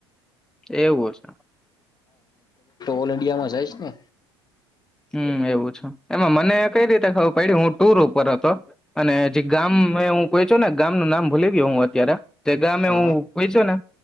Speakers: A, in the centre; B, on the left.
A: એવું છે
B: ઓલ ન્ડિયા. જાયશને.
A: હમ એવું છે એમાં મને કઈ રીતે ખબર પડી હું ટુર ઉપર હતો અને જે ગામ હું કોઈ છો ને ગામ નું નામ ભૂલી ગય હું અત્યારે જે ગામે
B: હા
A: હું કોઈ છો ને.